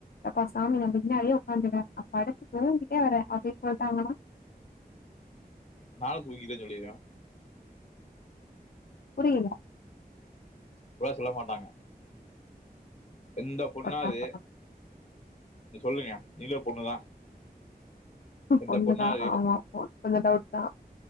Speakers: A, on the left; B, on the left.
A: யப்பா சாமி நா பின்னாடியே உக்காந்துக்குற அப் படுத்து தூங்கிட்டே வரே அப்டி சொல்ட்டாங்கன்னா
B: நானு தூங்கிட்டே போய்டுவ
A: புரியல
B: அப்பில்லா சொல்ல மாட்டாங்க எந்த பொண்ணாது
A: ஒடனே சொன்னாங்க
B: நீ சொல்லுங்க நீங்ளே பொண்ணுதா எந்த
A: பொண்னுதா
B: பொண்ணா அது
A: ஆமா ஆ கொஞ்சோ டவுட் தா